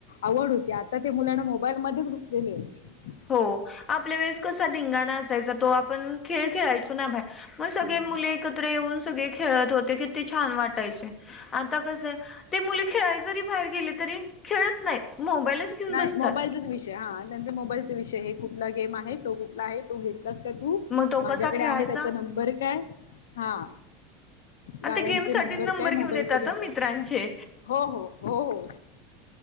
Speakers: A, on the left; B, on the left.
A: आवड होती आ तर ते मुलांना मोबाईलमध्येच घुसलेले आहेत.
B: हो आपल्या वेळेस कसा धंगाणा असायचा तो आपण खेळ खेळायचो ना बाहेर. मग सगळे
A: हो.
B: मुले एकत्र येऊन सगळे खेळत होते किती छान वाटायचे. आता कसं आहे ते मुली खेळाय जरी बाहेर गेले तरी खेळत नाहीत. मोबाईलच घेऊन
A: नाही
B: बसतात
A: मोबाईलचाच विषय हा त्यांचा मोबाईलचा विषय हे कुठला गेम आहे तो कुठला आहे तो घेत. स का तू
B: मग तो
A: माझ्याकडे
B: कसा खेळायचा
A: आहे त्याचा नंबर काय हा.
B: आणि
A: गाड्यांचे
B: ते गेमसाठीच
A: नंबर काय मोबाईलचे
B: घेऊन येतात
A: त्यांचे
B: मित्रांचे
A: हो हो. हो.